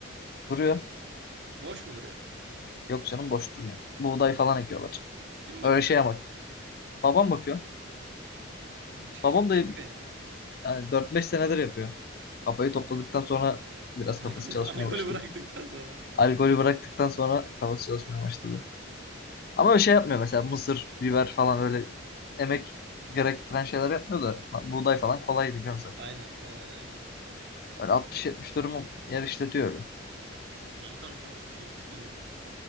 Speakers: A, on the left; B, on the right.
A: duruyor.
B: Boş mu duruyor?
A: Yok canım boş durmuyor. Buğday falan ekiyorlar.
B: Kim bakıyor?
A: Öyle şey ama babam bakıyor.
B: Çiftlikte
A: Babam da
B: yapıyor yani.
A: Yani 4-5 senedir yapıyor. Kafayı topladıktan sonra biraz
B: Alkol,
A: kafası çalışmaya
B: <laughs> alkolü
A: başladı.
B: bıraktıktan sonra.
A: Alkolü bıraktıktan sonra kafası çalışmaya başladı. Ama bir şey yapmıyor mesela mısır, biber falan öyle emek gerektiren şeyler yapmıyor da buğday falan kolay biliyorsun zaten.
B: Aynen aynen aynen.
A: Öyle altmış yetmiş dönüm yer işletiyor öyle.
B: İyi kanka 60-70 dönüm.